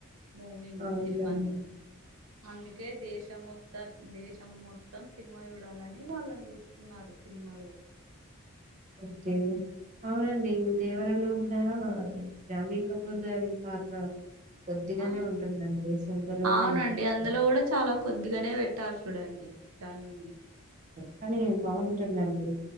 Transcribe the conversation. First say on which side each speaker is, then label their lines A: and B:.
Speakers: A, on the right; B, on the right.
A: మూవీని
B: అవునులెండి.
A: సినిమానీ అందుకే దేశ మొత్తం దేశం మొత్ మొత్తం సినిమా జూడాలని వాళ్లని దీసుకున్నారు సినిమా లేకి
B: ఓకే అవునండి దేవరాలో గూడ జాన్వీ కపూర్ గారి పాత్ర కొద్దిగానే
A: ఆ
B: ఉంటుందండి సింపుల్ గానే
A: అవునండి
B: ఉంటుంది
A: అందులో కూడా చాలా కొద్దిగానే పెట్టారు చూడండి దాన్విని
B: కానీ బావుంటుందండి